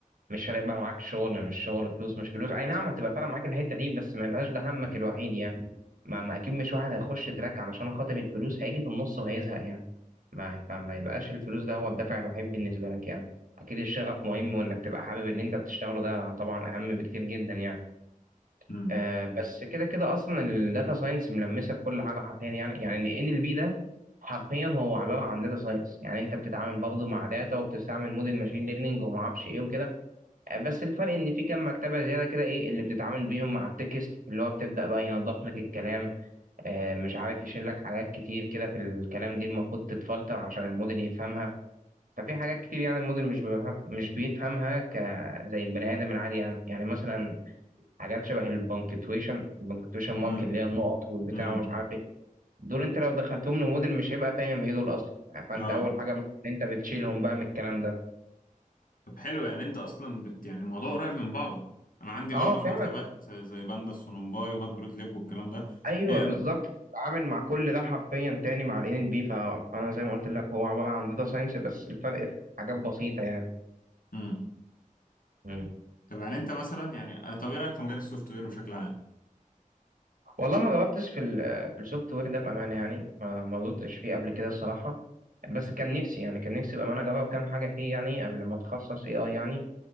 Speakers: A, on the right; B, on the left.
A: مش فارق بقى معاك شغل مش شغل فلوس مش فلوس اي نعم هتبقى فعلا معاك الحته دي بس ما يبقاش ده همك الوحيد يعني ما ما اكيد مش واحد هيخش تراك علشان خاطر الفلوس هيجي في النص وهيزهق يعني ما فما يبقاش الفلوس ده هو الدافع الوحيد بالنسبه لك يعني اكيد الشغف مهم وانك تبقى حابب اللي انت بتشتغله ده طبعا اهم بكتير جدا يعني
B: امم
A: آه بس كده كده اصلا الداتا ساينس ملمسه في كل حاجه حرفيا يعني يعني ان ال بي ده حرفيا هو عباره عن داتا ساينس يعني انت بتتعامل برضه مع داتا وبتستعمل موديل ماشين ليرنينج وما اعرفش ايه وكده آه، بس الفرق ان في كام مكتبه زياده كده ايه اللي بتتعامل بيهم مع التكست اللي هو بتبدا بقى ينظف لك الكلام آه مش عارف يشيل لك حاجات كتير كده في الكلام دي المفروض تتفلتر عشان الموديل يفهمها ففي حاجات كتير يعني الموديل مش بيفهم مش بيفهمها ك زي البني ادم العادي يعني يعني مثلا حاجات شبه البنكتويشن البنكتويشن مارك
B: امم
A: اللي هي النقط والبتاع
B: امم
A: ومش عارف ايه دول انت لو دخلتهم لموديل مش هيبقى فاهم ايه دول اصلا فانت
B: اه
A: اول حاجه مثلاً إن انت بتشيلهم بقى من الكلام ده
B: طب حلو يعني انت اصلا بت يعني الموضوع قريب من بعضه انا عندي
A: اه
B: برضه
A: فعلا
B: في مكتبات زي باندا سونومباي ومات بروت ليب والكلام ده
A: ايوه
B: هي
A: بالظبط بتتعامل مع كل ده حرفيا تاني مع الان ال ان بي فانا زي ما قلت لك هو عباره عن داتا ساينس بس الفرق في حاجات بسيطه يعني
B: امم
A: مم.
B: طب يعني انت مثلا يعني آه، طب ايه رايك في مجال السوفت وير بشكل عام
A: والله ما جربتش في ال في السوفت وير ده بامانه يعني ما ما دورتش فيه قبل كده الصراحه بس كان نفسي يعني كان نفسي بامانه اجرب كام حاجه فيه يعني قبل ما اتخصص اي اي يعني